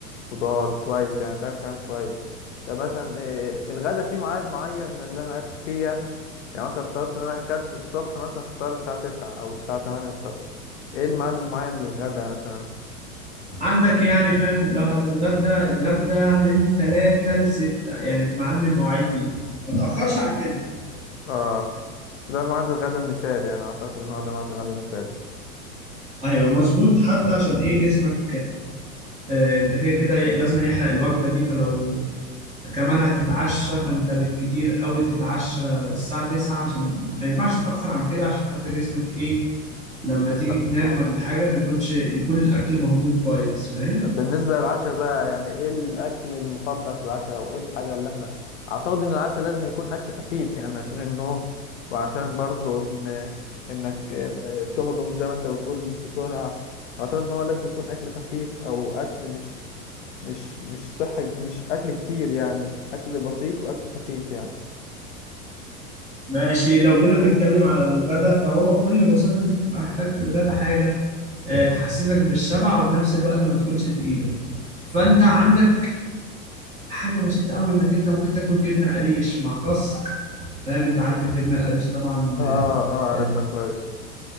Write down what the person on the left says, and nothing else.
خضار كويس يعني ده كلام كويس طب مثلا إيه الغدا فيه ميعاد معين اللي انا اكل فيه يعني يعني مثلا فطرت ان انا اكلت الصبح مثلا فطار الساعة تسعة او الساعة تمانية الصبح ايه الميعاد المعين للغدا مثلا
اه ده ميعاد الغدا المثالي يعني اعتقد ان هو ده ميعاد الغدا المثالي
بالظبط
طب بالنسبة للعشاء بقى يعني ايه الأكل المفضل في العشاء أو ايه الحاجة اللي احنا أعتقد إن العشاء لازم يكون أكل خفيف يعني عشان النوم وعشان برضو إن إنك تهضم زي ما أنت بتقول بسرعة أعتقد إن هو لازم يكون أكل خفيف أو أكل مش مش مش صحي مش أكل كتير يعني أكل بسيط وأكل خفيف يعني
اه اه عارفها
كويس